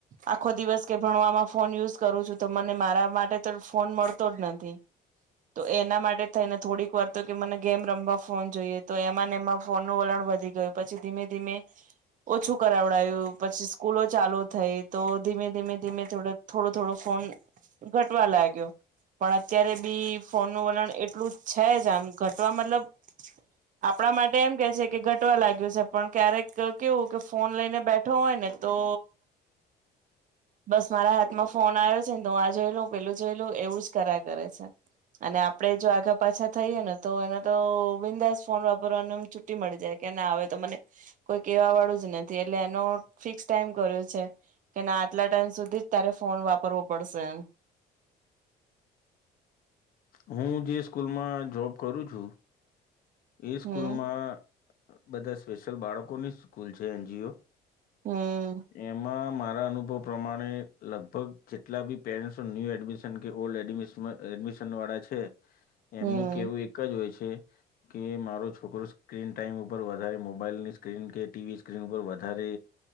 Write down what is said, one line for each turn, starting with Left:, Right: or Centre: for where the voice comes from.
Right: આખો દિવસ કે ભણવામાં ફોન યુઝ. કરું છું તો મને મારા માટે તો ફોન મળતો જ નથી. તો એના માટે થઈને થોડીક વાર તો કે મને ગેમ રમવા ફોન જોઈએ તો એમાં એમાં ફોનનું વલણ વધી ગયું પછી ધીમે ધીમે ઓછું કરાવડાયું પછી સ્કૂલો ચાલુ થઈ તો ધીમે ધીમે ધીમે થોડ થોડું થોડું ફોન. ઘટવા લાગ્યો પણ અત્યારે બી. ફોનનું વલણ એટલું. છે જ આમ ઘટવા મતલબ આપણા માટે એમ કે છે કે ઘટ. લાગ્યું છે પણ ક્યારેક કેવું કે ફોન લઈને બેઠ. બેઠો હોય ને તો. બસ મારા હાથમાં ફોન આયો છે ને તો હું આ જોય લઉં, પેલું જોઈ લઉં એવું જ કર્યા કરે છે. અને આપડે જો આઘા પાછા થઈએે ને તો એને તો બિંદાસ ફોન વાપરનો એમ છુટ્ટી મળી જાય કે ના હવે તો મને કોઈ કેવા વાળું જ નથી. એટલે એનો ફિક્સ ટાઈમ કર્યો છે. કે ના આટલા ટાઈમ સુધી જ તારે ફો ફોન વાપરવો પડશે એમ.
Left: હું જે સ્કૂલમાં જોબ કરું છું એ
Right: હમ
Left: સ્કૂલમાં બધા સ્પેશિયલ બાળકોની સ્કૂલ છે એન જી ઓ.
Right: હમ
Left: એમાં મારા અનુભવ પ્રમાણે લગભગ જેટલા બી પેરેન્ટસ ન્યુ એડમિશન કે ઓલ્ડ એડમિશન વ એડમિશન વાળા છે
Right: હમ
Left: એમનું કેવું એક જ હોય છ કે કે મારો છોકરો સ્ક્રીન ટાઈમ ઉપર વધારે મોબાઈલની સ્ક્રીન કે ટીવી સ્ક્રીન ઉપર વધારે